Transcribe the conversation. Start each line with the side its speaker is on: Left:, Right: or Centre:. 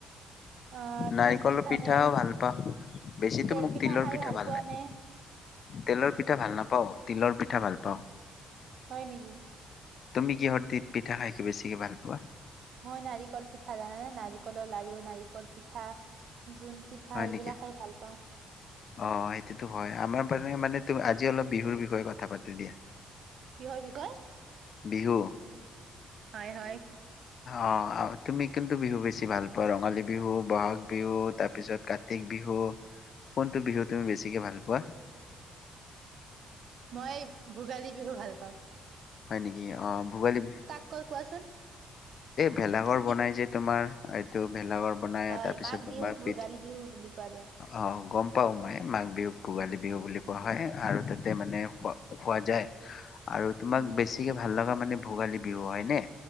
Right: অ'
Left: নাৰিকলৰ
Right: তিল পিঠা
Left: পিঠাও
Right: নে
Left: ভাল পাওঁ বেছিতো
Right: তেল
Left: মোক
Right: পিঠা
Left: তিলৰ
Right: খাই ভাল পোৱা
Left: লাগে
Right: নে?
Left: তেলৰ পিঠা ভাল নাপাও, তিলৰ পিঠা ভাল পাওঁ।
Right: হয় নেকি।
Left: তুমি কিহৰ পিঠা খাইকে বেছিকে ভাল পোৱা?
Right: মই নাৰিকল পিঠা জানানে নাৰিকলৰ লাৰু, নাৰিকল পিঠা, যোন পিঠা
Left: হয়
Right: এইবিলাক
Left: নেকি
Right: খাই ভাল পাওঁ।
Left: অ' সেইটোতো হয় আমাৰ মানে মানে আজি অলপ বিহুৰ বিষয়ে কথা পাতো দিয়া।
Right: কিহৰ বিষয়ে,
Left: বিহু
Right: হয় হয়।
Left: অ' আ তুমি কোনটো বিহু বেছি ভাল পোৱা, ৰঙালী বিহু, বহাগ বিহু তাৰ পিছত কাতি বিহু? কোনটো বিহু তুমি বেছিকে ভাল পোৱা?
Right: মই ভোগালী বিহু ভাল পাওঁ।
Left: হয় নেকি অ' ভোগালী বিহু
Right: কই কোৱাচোন
Left: ভেলাঘৰ
Right: কি
Left: বনাই যে তোমাৰ, এইটো ভেলাঘৰ। বনাই
Right: হয়
Left: তাৰপিছত
Right: মাঘ
Left: তোমাৰ
Right: বিহুক
Left: পিঠ
Right: ভোগালী বিহু বুলি কোৱা যায়।
Left: অ' গম পাওঁ মই মাঘ বিহুক ভোগালী
Right: উম,
Left: বিহু বুলি কোৱা হয় আৰু তাতে মানে খোৱা যায় আৰু তোমাক
Right: উম,
Left: বেছি গতিকে ভাল লগা মানে ভোগালী বিহু হয়নে?